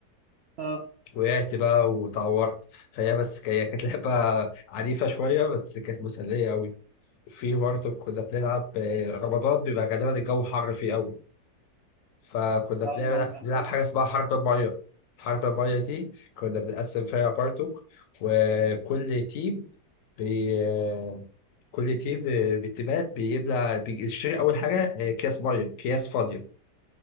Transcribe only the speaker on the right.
اه
اه
كان